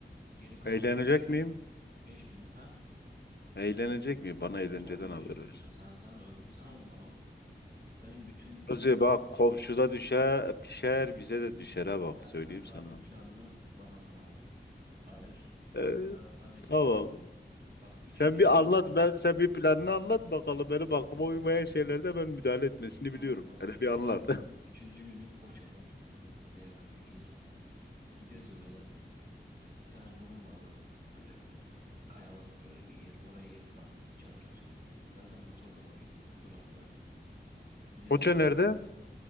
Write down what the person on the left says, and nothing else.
Eğlenecek
miyim?
Eğlenecek miyim? Bana eğlenceden
haber ver.
Kuzi
bak komşuda düşer, pişer bize de düşere bak
söyleyeyim
sana.
Ee,
tamam.
Sen bir
anlat ben sen bir planını anlat bakalım. Benim aklıma uymayan şeylerde ben müdahale etmesini
biliyorum.
Hele
bir anlat.
<laughs> Foça
nerede?